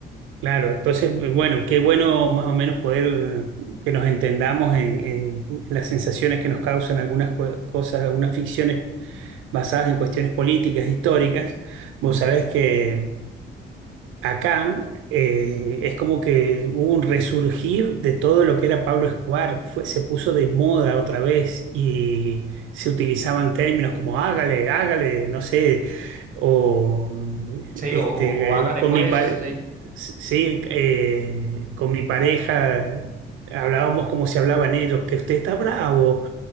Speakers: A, on the right; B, on the right.
A: Claro, entonces, bueno, qué bueno más o menos poder eh, que nos entendamos en, en en las sensaciones que nos causan algunas cue- cosas, algunas ficciones basadas en cuestiones políticas, históricas. Vos sabés que Acá eh, es como que hubo un resurgir de todo lo que era Pablo Escobar, fue, se puso de moda otra vez y se utilizaban términos como hágale, hágale, no sé, o mm,
B: Sí,
A: este,
B: o, o- o hágale
A: eh, con
B: pues,
A: mi, pa-
B: sí,
A: s- sí, eh, con mi pareja hablábamos como se hablaban ellos, que usted está bravo,